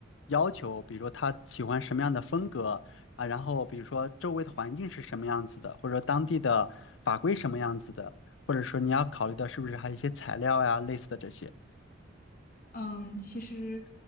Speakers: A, on the left (about 65°); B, on the left (about 45°).
A: 要求，比如说他喜欢什么样的风格啊，然后比如说周围的环境是什么样子的，或者说当地的法规什么样子的，或者说你要考虑的是不是还有一些材料呀，类似的这些。
B: 嗯，其实